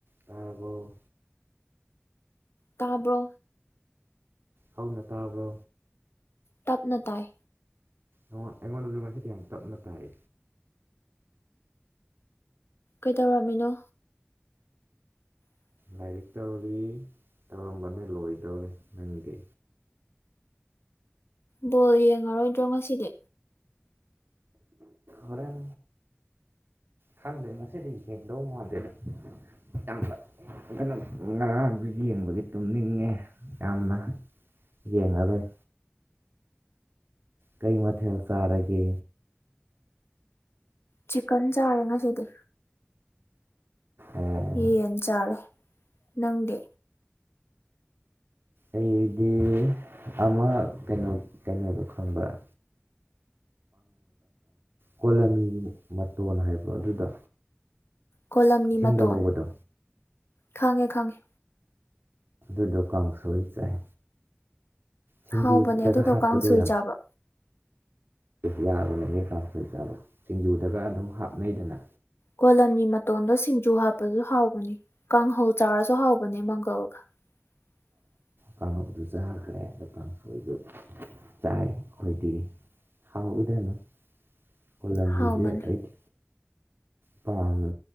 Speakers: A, on the right; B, on the left.
A: ꯇꯕꯔꯣ
B: ꯇꯥꯕ꯭ꯔꯣ꯫
A: ꯍꯧꯅ ꯇꯥꯕ꯭ꯔꯣ꯫
B: ꯇꯞꯅ ꯇꯥꯏ꯫
A: ꯑꯣ ꯑꯩꯉꯣꯟꯗꯗꯤ ꯑꯪꯝꯣꯁꯤꯗꯤ ꯌꯥꯝ ꯇꯞꯅ ꯇꯥꯏ꯫
B: ꯀꯩꯗꯧꯔꯝꯃꯤꯅꯣ꯫ <unintelligible>
A: ꯂꯥꯏꯔꯤꯛ ꯇꯧꯔꯤ ꯇꯧꯔꯝꯕꯅꯦ ꯂꯣꯏꯗꯧꯔꯦ ꯅꯪꯒꯤ꯫
B: ꯕꯣꯜ ꯌꯦꯡꯉꯔꯣꯏꯗ꯭ꯔꯣ ꯉꯁꯤꯗꯤ꯫
A: ꯍꯣꯔꯦꯟ꯫ ꯈꯪꯗꯦꯅ ꯉꯁꯤꯗꯤ ꯌꯦꯡꯗꯧ ꯃꯥꯗꯦꯗ ꯌꯥꯝ꯫ ꯑꯗꯨꯅ ꯉꯔꯥꯡꯁꯨ ꯌꯦꯡꯕꯒꯤ ꯇꯨꯝꯅꯤꯡꯉꯦ ꯌꯥꯝꯅ꯫ ꯌꯦꯡꯉꯔꯣꯢ꯫ ꯀꯩ ꯃꯊꯦꯜ ꯆꯥꯔꯒꯦ꯫
B: ꯆꯤꯛꯀꯟ ꯆꯥꯔꯦ ꯉꯁꯤꯗꯤ꯫
A: ꯑꯣ,
B: ꯌꯦꯟ ꯆꯥꯔꯦ ꯅꯪꯗꯤ꯫
A: ꯑꯩꯗꯤ ꯑꯃ ꯀꯩꯅꯣ ꯀꯩꯅꯣꯗꯣ ꯈꯪꯕꯔ꯫ ꯀꯣꯂꯝꯃꯤ ꯃꯇꯣꯟ ꯍꯥꯏꯕꯔꯣ ꯑꯗꯨꯗꯣ꯫
B: ꯀꯣꯂꯝꯅꯤ
A: ꯏꯁꯤꯡꯗ
B: ꯃꯇꯣꯟ
A: ꯍꯧꯕꯗꯣ
B: ꯈꯪꯉꯦ ꯈꯪꯉꯦ꯫
A: ꯑꯗꯨ ꯀꯥꯡꯁꯣꯏ ꯆꯥꯏ꯫ ꯁꯤꯡꯖꯨꯗꯒ
B: ꯍꯥꯎꯕꯅꯦ ꯑꯗꯨꯗꯣ
A: ꯍꯥꯞꯄꯗꯣ
B: ꯀꯥꯡꯁꯣꯏ ꯆꯥꯕ꯫
A: ꯌꯥꯕꯅꯦꯍꯦ ꯀꯥꯡꯁꯣꯏ ꯆꯥꯕ ꯁꯤꯡꯖꯨꯗꯒ ꯑꯗꯨꯝ ꯍꯥꯞꯅꯩꯗꯅ꯫
B: ꯀꯣꯂꯝꯒꯤ ꯃꯇꯣꯟꯗꯣ ꯁꯤꯡꯖꯨ ꯍꯥꯞꯄꯁꯨ ꯍꯥꯎꯕꯅꯤ ꯀꯥꯡꯍꯧ ꯆꯥꯔꯁꯨ ꯍꯥꯎꯕꯅꯦ ꯃꯪꯒꯜꯒ꯫ <unintelligible>
A: ꯀꯥꯡꯂꯨꯞꯗꯨ ꯆꯥꯈ꯭ꯔꯦꯗ ꯀꯥꯡꯁꯣꯏꯗꯨ ꯆꯥꯏ ꯑꯩꯈꯣꯏꯗꯤ ꯍꯥꯎꯋꯗꯅꯣ ꯑꯣꯏꯂꯝꯃꯤꯁꯦ
B: ꯍꯥꯎꯕꯅꯦ
A: ꯑꯩꯗꯤ ꯄꯥꯕ